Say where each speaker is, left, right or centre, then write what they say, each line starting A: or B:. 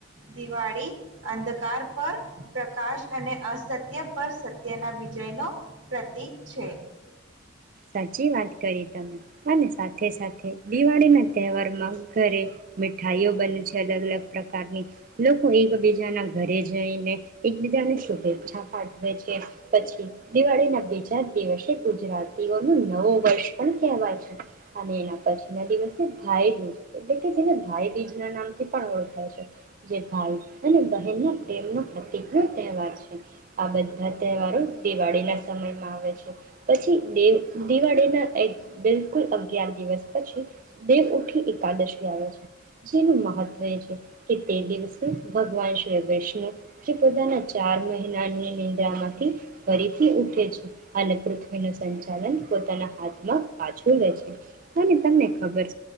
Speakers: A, on the right (about 70°); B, on the right (about 45°).
A: દિવાળી અંધકાર પર પ્રકાશ અને અસત્ય પર સત્ય ના વિજય ન પ્રતીક છે.
B: સાચી વાત કરી તમે અને સાથે સાથે દિવાળીના તહેવારમાં ઘરે મીઠાઈઓ બને છે. અલગ-અલગ પ્રકારની લોકો એકબીજા ના ઘરે જ જઈ ને એકબીજાને શુભેચ્છા પાઠવે છે પછી દિવાળી ના બે-ચાર દિવસે ગુજરાત એવાનો નવો વર્ષ પણ કહેવાય છે અને એના પછી ના દિવસે ભાઈ દૂજ એટલે કે જેને ભાઈબીજ ના નામથી પણ ઓળખાય છે જે ભાઈ અને બહેનના પ્રેમનો પ્રતિક ન તહેવાર છે આ બધા તહેવારો દિવાળી ના સમયમાં આવે છે પછી દ દિવાળીના એક બિલકુલ અગિયાર દિવસ પછી દેવ ઉઠી એકાદશી આવે છે જેનું મહત્વ એ છે કે તે દિવસે ભગવાન શ્રી વિષ્ણુ જે પોતાના ચાર મહિનાની નિદ્રામાંથી ફરીથી ઉઠે છે અને પૃથ્વીનો સંચાર પોના હાથમાં પાછું લે છે અને તમને ખબર